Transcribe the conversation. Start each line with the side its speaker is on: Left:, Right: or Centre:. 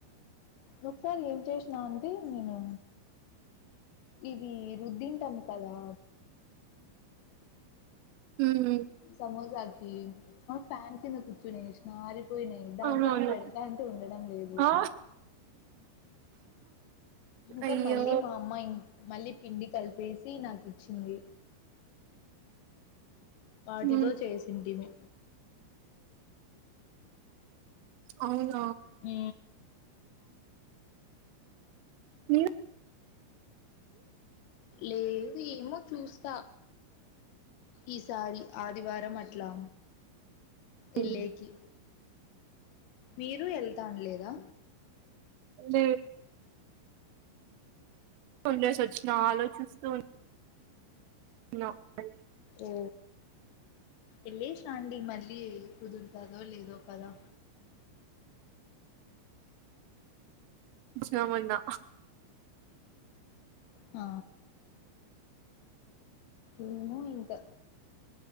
Left: ఒకసారి ఏం చేసినా అంటే నేను ఇవి రుద్దింటాము కదా
Right: ఉమ్
Left: సమోస కి ఆ ఫ్యాన్ కింద కూర్చునేసిన దాంట్లో
Right: అవునవును
Left: ఆది పెడుతుంటే ఉండడం లేదు
Right: ఆ
Left: అ ఇంకా
Right: అయ్యో
Left: మళ్ళీ మా అమ్మాయి మళ్ళీ పిండి కలిపేసి నాకు ఇచ్చింది వాటితో
Right: ఉమ్
Left: చేసింటిమి
Right: అవున
Left: హు
Right: మీ
Left: లేదు ఏమో చూస్త ఈసారి ఆదివారం అట్లా
Right: ఉమ్
Left: ఏళ్ళేకి మీరు వెళ్తానలేదా
Right: లేదు <unintelligible> వచ్చిన ఆలోచిస్తూ ఉన్నా
Left: ఓ ఎల్లేసి రాండి మళ్ళీ కుదురతదో లేదో కదా
Right: జమన్న
Left: ఆ ఇన్న ఇంకా